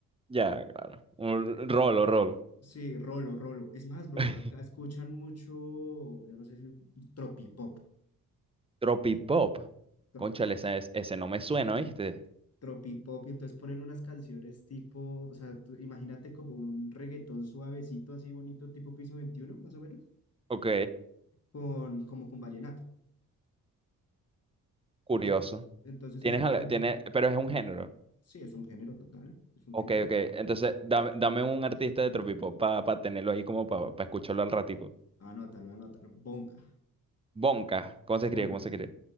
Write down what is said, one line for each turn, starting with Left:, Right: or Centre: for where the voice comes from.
Right: ya, claro. Un rolo, rolo.
Left: Sí, rolo, rolo. Es más, bro,
Right: <laughs>
Left: acá escuchan mucho, yo no sé si tropipop,
Right: Tropipop.
Left: tropipop,
Right: Cónchale, ese, es- ese no me suena, ¿viste?
Left: tropipop, y entonces ponen unas canciones tipo, o sea, tú imagínate como un reggaetón suavecito, así bonito, tipo Piso veintiuno más o menos,
Right: Ok,
Left: con, como con vallenato.
Right: curioso.
Left: Y entonces
Right: Tienes,
Left: eso
Right: al-
Left: suena,
Right: tiene, pero es un género.
Left: sí, es un género total, es un
Right: Ok,
Left: género.
Right: ok. Entonces, dame, dame un artista de Tropipop para tenerlo ahí como para escucharlo al ratico.
Left: Anótalo, anótalo, bonca,
Right: Bonka. ¿Cómo
Left: bonca.
Right: se escribe? ¿Cómo se escribe?